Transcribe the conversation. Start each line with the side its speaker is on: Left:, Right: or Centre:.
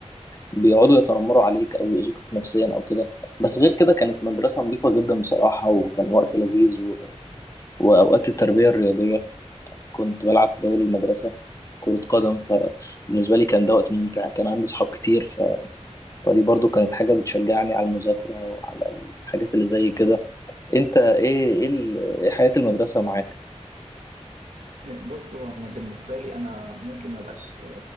Left: فبيقعدوا يتنمروا عليك أو يؤذوك نفسيا أو كده بس غير كده كانت مدرسة نظيفة جدا بصراحة وكان وقت لذيذ و... وأوقات التربية الرياضية كنت بلعب في دوري المدرسة كرة قدم فبالنسبة لي كان ده وقت ممتع كان عندي صحاب كتير ف... فدي برضو كانت حاجة بتشجعني على المذاكرة وعلى الحاجات اللي زي كده انت ايه ايه, ال... إيه حياة المدرسة معاك
Right: بص هو انا بالنسبه لي انا ممكن ما بقاش